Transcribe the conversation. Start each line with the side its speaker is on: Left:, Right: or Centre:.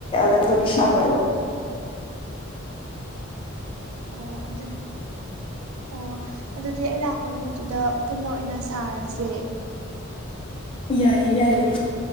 Left: ꯑꯟꯗꯨꯅꯤꯁꯥꯕꯔꯣ
Right: ꯑꯣ ꯑꯗꯨ ꯑꯣ ꯑꯗꯨꯗꯤ ꯑꯩ ꯂꯥꯛꯄ ꯅꯨꯃꯤꯠꯇꯨꯗ ꯄꯨꯟꯅ ꯑꯣꯏꯅ ꯁꯥꯔꯁꯦ
Left: ꯌꯥꯏꯌꯦ ꯌꯥꯏꯌꯦ